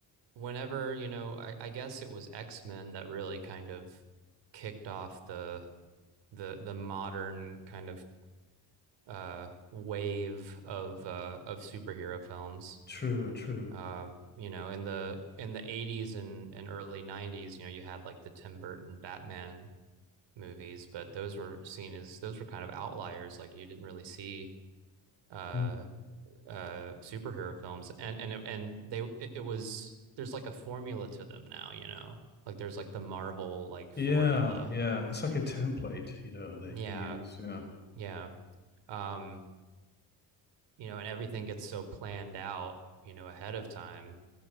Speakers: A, on the right (about 90°); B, on the left (about 25°).
A: whenever you know I, I guess it was x-men that really kind of kicked off the the the modern kind of uh wave of uh of superhero films
B: True, true.
A: um you know in the in the 80s and and early 90s you know you had like the Tim Burton Batman movies but those were seen as those were kind of outliers like you didn't really see uh
B: Mm.
A: uh superhero films and and and they it, it was there's like a formula to them now you know like there's like the Marvel like formula
B: Yeah, yeah. It's like a template, you know. They
A: yeah
B: they use, yeah.
A: yeah um you know, and everything gets so planned out, you know, ahead of time.